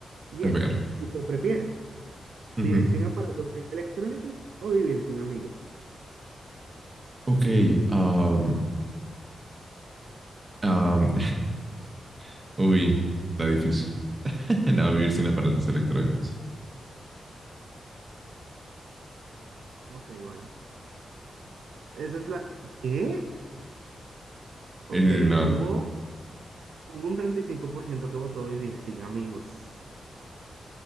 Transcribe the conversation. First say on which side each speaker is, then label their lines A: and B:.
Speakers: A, on the right; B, on the right.
A: Y
B: A
A: es,
B: ver.
A: ¿tú prefieres
B: Ujú.
A: vivir sin aparatos electrónicos o vivir sin amigos?
B: Ok. um, um, <laughs> uy, está difícil. <laughs> No, vivir sin aparatos electrónicos.
A: ok, vale. Esa es la... ¿Qué? Ok,
B: Eh, no,
A: hubo, hubo un 35% que votó vivir sin amigos.